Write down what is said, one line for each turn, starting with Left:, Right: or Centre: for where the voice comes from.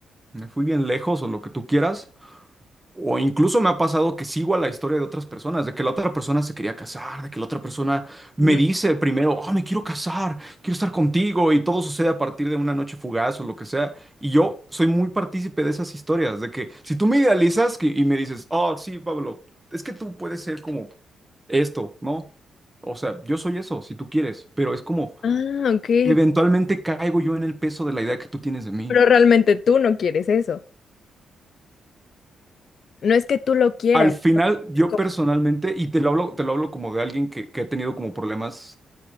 Right: me fui bien lejos o lo que tú quieras. O incluso me ha pasado que sigo a la historia de otras personas, de que la otra persona se quería casar, de que la otra persona me
Left: Mm.
Right: dice primero, oh, me quiero casar, quiero estar contigo, y todo sucede a partir de una noche fugaz o lo que sea. Y yo soy muy partícipe de esas historias, de que si tú me idealizas que- y me dices, oh, sí, Pablo, es que tú puedes ser como esto, ¿no? O sea, yo soy eso, si tú quieres, pero es como,
Left: Ah, ok,
Right: eventualmente
Left: ok.
Right: caigo yo en el peso de la idea que tú tienes de mí.
Left: Pero realmente tú no quieres eso. No es que tú lo quieras.
Right: Al final, yo
Left: es
Right: personalmente, y te lo hablo, te lo hablo como de alguien que, que ha tenido como problemas,